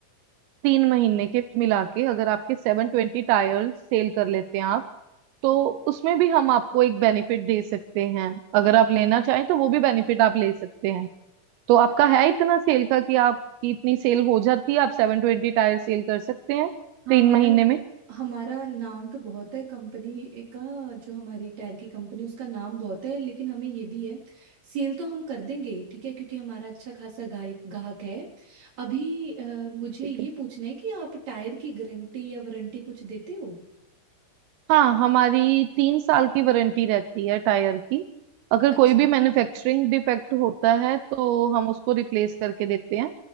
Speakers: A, on the right (about 80°); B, on the right (about 35°).
A: तीन महीने के मिला के अगर आपके सेवन ट्वेंटी टायर्स सेल कर लेते हैं आप तो उसमें भी हम आपको एक बेनिफिट दे सकते हैं अगर आप लेना चाहें तो वो भी बेनिफिट आप ले सकते हैं तो आपका है इतना सेल का कि आपकी इतनी सेल हो जाती है आप सेवन ट्वेंटी टायर सेल कर सकते हैं
B: हाँ
A: तीन
B: मैम
A: महीने में
B: हमारा नाम तो बहुत है कंपनी का जो हमारी टायर की कंपनी उसका नाम बहुत है लेकिन हमें ये भी है सेल तो हम कर देंगे ठीक है क्योंकि हमारा अच्छा खासा गाय ग्राहक है अभी अ, मुझे
A: ठीक
B: ये
A: है
B: पूछना है कि आप टायर की गारंटी या वारंटी कुछ देते हो
A: हाँ हमारी तीन साल की वारंटी रहती है टायर की अगर
B: अच्छा
A: कोई भी मैन्युफैक्चरिंग डिफेक्ट होता है तो हम उसको रिप्लेस करके देते हैं